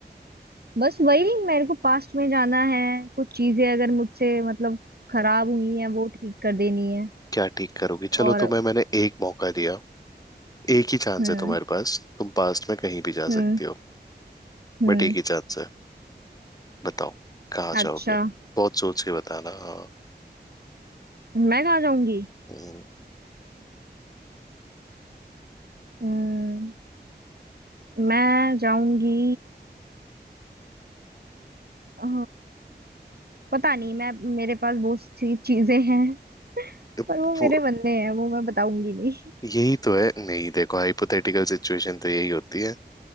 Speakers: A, on the right; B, on the left.
A: बस वही मेरे को पास्ट में जाना है कुछ चीजें अगर मुझसे मतलब खराब हुई हैं वो ठीक कर देनी है
B: क्या ठीक करोगे चलो
A: और
B: तुम्हें मैंने एक मौका दिया एक ही चांस
A: हम्म
B: है तुम्हारे पास तुम पास्ट में कहीं भी जा
A: हम्म
B: सकती हो
A: हम्म
B: बट एक ही चांस है बताओ कहाँ जाओगे
A: अच्छा
B: बहुत सोच के बताना हाँ
A: मैं कहाँ जाऊंगी
B: हम्म,
A: हम्म मैं जाऊंगी अ, पता नहीं मैं मेरे पास बहुत सी चीजें हैं
B: अब
A: पर वो मेरे
B: वो
A: मन में है वो मैं बताऊंगी नहीं
B: यही तो है नहीं देखो हाइपोथेटिकल सिचुएशन तो यही होती है